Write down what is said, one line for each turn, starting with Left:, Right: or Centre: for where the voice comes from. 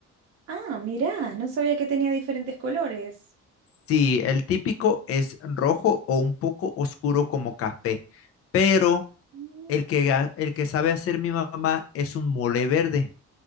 Right: Ah, mirá, no sabía que tenía diferentes colores.
Left: Sí, el típico es rojo o un poco oscuro como café, pero
Right: Mm.
Left: el que, ga- el que sabe hacer mi mamá es un mole verde,